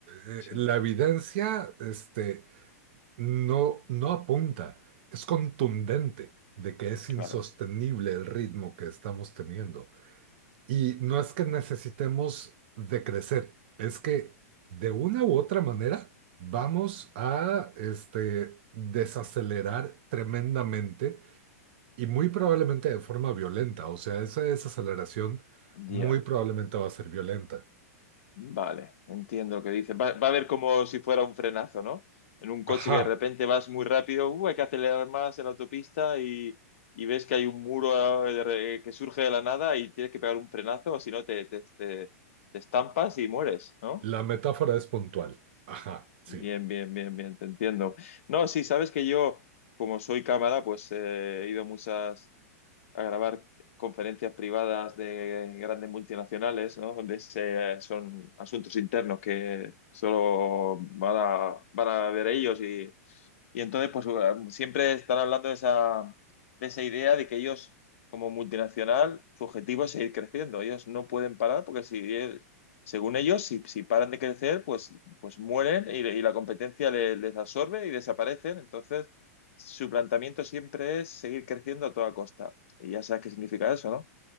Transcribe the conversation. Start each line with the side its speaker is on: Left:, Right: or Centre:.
Right: Eh,
Left: sí,
Right: La evidencia, este, no, no apunta, es contundente de que es
Left: claro.
Right: insostenible el ritmo que estamos teniendo. Y no es que necesitemos de crecer, es que de una u otra manera vamos a este, desacelerar tremendamente y muy probablemente de forma violenta. O sea, esa desaceleración muy
Left: Ya,
Right: probablemente va a ser violenta.
Left: vale, entiendo lo que dice. Va, va a haber como si fuera un frenazo, ¿no? En un coche
Right: Ajá,
Left: que de repente vas muy rápido, uh, hay que acelerar más en la autopista y, y ves que hay un muro eh, de re- que surge de la nada y tienes que pegar un frenazo, o si no te, te, te- te estampas y mueres, ¿no?
Right: la metáfora es puntual. Ajá, sí,
Left: Bien, bien, bien, bien, te entiendo. No, sí, sabes que yo, como soy cámara, pues eh, he ido a muchas. a grabar conferencias privadas de grandes multinacionales, ¿no? Donde se- son asuntos internos que solo van a, van a ver ellos y, y entonces pues siempre están hablando de esa, de esa idea de que ellos como multinacional su objetivo es seguir creciendo. Ellos no pueden parar porque si eh, según ellos si, si paran de crecer pues, pues mueren y, y la competencia le- les absorbe y desaparecen. Entonces su planteamiento siempre es seguir creciendo a toda costa. Y ya sabes qué significa eso, ¿no?